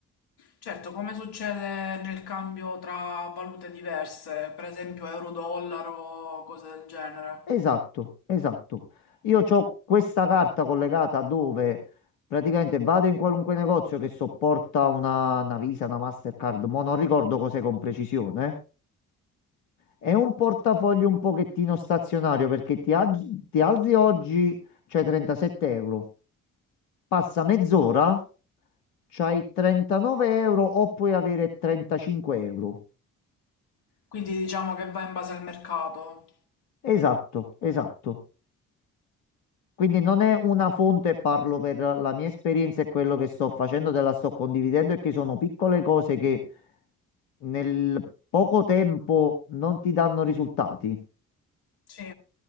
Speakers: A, on the left; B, on the left.
A: Certo, come succede nel cambio tra valute diverse, per esempio euro-dollaro, cose del genere.
B: Esatto, esatto. Io ho questa carta collegata dove praticamente vado in qualunque negozio che sopporta una, una Visa, una Mastercard, ma non ricordo cos'è con precisione. È un portafoglio un pochettino stazionario perché ti, ag- ti alzi oggi, c'è 37 euro, passa mezz'ora c'hai 39 euro o puoi avere 35 euro.
A: Quindi diciamo che va in base al mercato.
B: Esatto, esatto. Quindi non è una fonte, parlo per la mia esperienza e quello che sto facendo, te la sto condividendo e che sono piccole cose che nel poco tempo non ti danno risultati.
A: Sì,